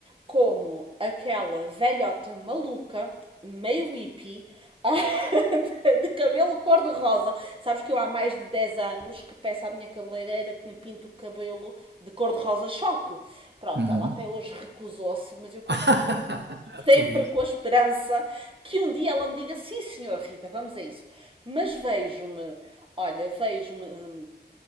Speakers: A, on the right; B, on the right.
A: como aquela velhota maluca, meio hippie, <laughs> de cabelo cor-de-rosa. Sabes que eu há mais de 10 anos que peço à minha cabeleireira que me pinte o cabelo de cor-de-rosa choque. Pronto,
B: Uhum.
A: ela até hoje recusou-se, mas eu continuo
B: <laughs> A
A: sempre
B: pedir.
A: com a esperança que um dia ela me diga sim, senhor Rita, vamos a isso. Mas vejo-me, olha, vejo-me